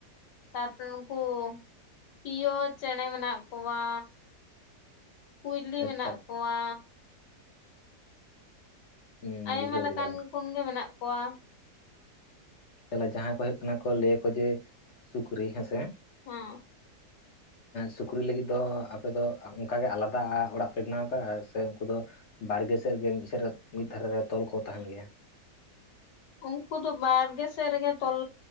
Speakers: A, on the left; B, on the left.
A: ᱛᱟᱨᱯᱚᱨᱮ ᱩᱱᱠᱩ ᱯᱤᱭᱳ ᱪᱮᱬᱮ ᱢᱮᱱᱟᱜ ᱠᱚᱣᱟ ᱠᱩᱭᱞᱤ
B: ᱟᱪᱪᱷᱟ
A: ᱢᱮᱱᱟᱜ
B: ᱟᱪᱪᱷᱟ
A: ᱠᱚᱣᱟ
B: ᱦᱩᱸ
A: ᱟᱭᱢᱟ
B: ᱵᱩᱡᱷᱟᱹᱣ
A: ᱞᱮᱠᱟᱱ
B: ᱠᱮᱫᱟᱞᱤᱧ
A: ᱠᱚᱜᱮ ᱢᱮᱱᱟᱜ ᱠᱚᱣᱟ
B: ᱛᱟᱦᱚᱞᱮ ᱡᱟᱦᱟᱸ ᱠᱚ ᱦᱩᱭᱩᱜ ᱠᱟᱱᱟ ᱠᱚ ᱞᱟᱹᱭᱟᱠᱚ ᱡᱮ ᱥᱩᱠᱨᱤ ᱦᱮᱸᱥᱮ
A: ᱦᱮᱸ
B: ᱥᱩᱠᱨᱤ ᱞᱟᱹᱜᱤᱫ ᱫᱚ ᱟᱯᱮ ᱫᱚ ᱚᱱᱠᱟᱜᱮ ᱟᱞᱟᱫᱟ ᱚᱲᱟᱜ ᱯᱮ ᱵᱮᱱᱟᱣ ᱟᱠᱟᱫᱼᱟ ᱥᱮ ᱩᱱᱠᱩ ᱫᱚ ᱵᱟᱲᱜᱮ ᱥᱮᱫ ᱜᱮ ᱢᱤᱫ ᱥᱮ ᱢᱤᱫ ᱫᱷᱟᱨᱮ ᱨᱮ ᱛᱚᱞ ᱠᱚ ᱛᱟᱦᱮᱱ ᱜᱮᱭᱟ
A: ᱩᱱᱠᱩ ᱫᱚ ᱵᱟᱲᱜᱮ ᱥᱮᱫ ᱨᱮᱜᱮ ᱛᱚᱞ